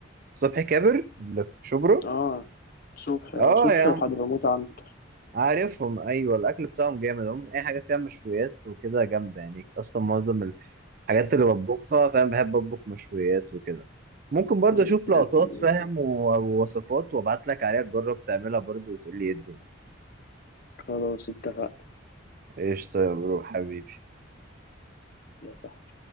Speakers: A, on the right; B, on the left.
A: صبحي كابر اللي في شبرا
B: اه صبحي
A: اه
B: اه صبحي
A: يا عم
B: وحضرموت عنتر
A: عارفهم ايوه الاكل بتاعهم جامد هم اي حاجه فيها مشويات وكده جامده يعني اصلا معظم الحاجات اللي بطبخها فاهم بحب اطبخ مشويات وكده ممكن برضه
B: م-
A: اشوف
B: م-
A: لقطات فاهم و- ووصفات وابعت لك عليها تجرب تعملها برضه وتقول لي ايه الدنيا
B: خلاص اتفقنا
A: قشطه يا برو حبيبي
B: صح